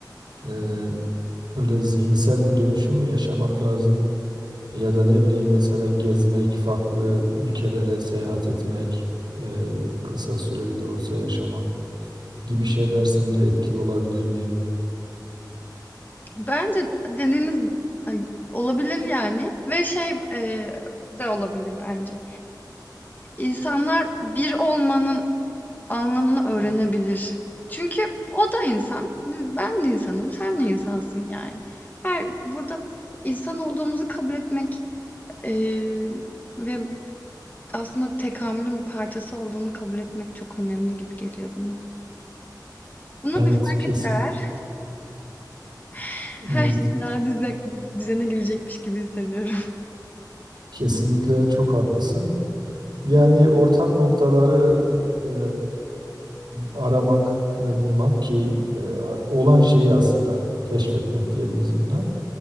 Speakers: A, on the right; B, on the left.
A: Ee, böyle zihinsel bir dönüşüm mü yaşamak lazım? Ya da ne bileyim mesela gezmek, farklı ülkelere seyahat etmek, e, kısa süreli de olsa yaşamak gibi şeyler sence etkili olabilir mi?
B: Bence dediğiniz, ay, olabilir yani ve şey, eee, de olabilir bence. İnsanlar bir olmanın anlamını öğrenebilir. Çünkü o da insan, ben de insanım, sen de insansın yani. Her burada insan olduğumuzu kabul etmek Emm, ve aslında tekamülün bir parçası olduğunu kabul etmek çok önemli gibi geliyor bana. Bunu
A: Evet,
B: bir fark
A: kesin.
B: etseler <laughs>
A: Evet,
B: her şey daha düze düzene girecekmiş gibi hissediyorum.
A: kesinlikle çok haklısın. Yani ortak noktaları e, aramak ve bulmak ki e, a- olan şeyi aslında keşfetmek diyelim biz buna.